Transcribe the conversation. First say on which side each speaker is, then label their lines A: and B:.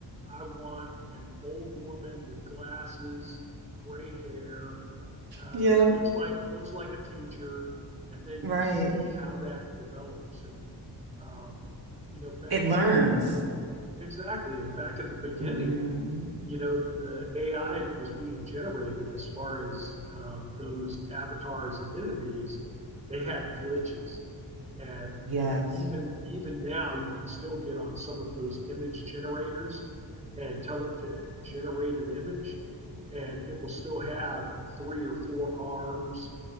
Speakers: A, on the right; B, on the right.
A: I want an old woman with glasses, gray hair, uh,
B: Yeah,
A: looks like looks like a teacher, and then
B: right.
A: you see how that develops. And um, you know, back
B: It learns.
A: in Exactly. And back at the beginning,
B: Mm-hmm.
A: you know, the AI that was being generated as far as um, those avatars and entities, they had glitches. And
B: Yes.
A: you know, even even now, you can still get on some of those image generators and tell it to generate an image, and it will still have three or four arms,